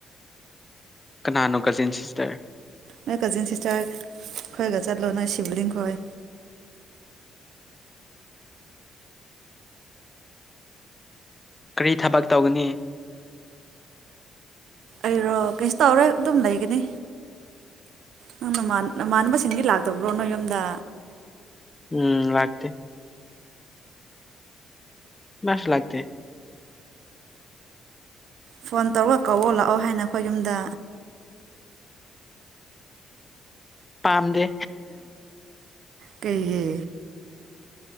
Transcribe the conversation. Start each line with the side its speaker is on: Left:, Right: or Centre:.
Left: ꯀꯅꯥꯅꯣ ꯀꯖꯤꯟ ꯁꯤꯁꯇꯔ
Right: ꯅꯣꯏ ꯀꯖꯤꯟ ꯁꯤꯁꯇꯔ ꯈꯣꯏꯒ ꯆꯠꯂꯣ ꯅꯣꯏ ꯁꯤꯕ꯭ꯂꯤꯡ ꯈꯣꯏ
Left: ꯀꯔꯤ ꯊꯕꯛ ꯇꯧꯒꯅꯤ
Right: ꯑꯩꯔꯣ ꯀꯩꯁꯨ ꯇꯧꯔꯣꯢ ꯑꯗꯨꯝ ꯂꯩꯒꯅꯤ ꯅꯪ ꯅꯃꯥꯟ ꯅꯃꯥꯅꯕꯁꯤꯡꯗꯤ ꯂꯥꯛꯇꯕ꯭ꯔꯣ ꯅꯣꯢꯌꯨꯝꯗ
Left: ꯎꯝ ꯂꯥꯛꯇꯦ ꯀ꯭ꯅꯥꯁꯨ ꯂꯥꯛꯇ
Right: ꯐꯣꯟ ꯇꯧꯔꯒ ꯀꯎꯑꯣ ꯂꯥꯛꯑꯣ ꯍꯥꯏꯅ ꯑꯩꯈꯣꯏ ꯌꯨꯝꯗ
Left: ꯄꯥꯝꯗꯦ
Right: ꯀꯩꯒꯤ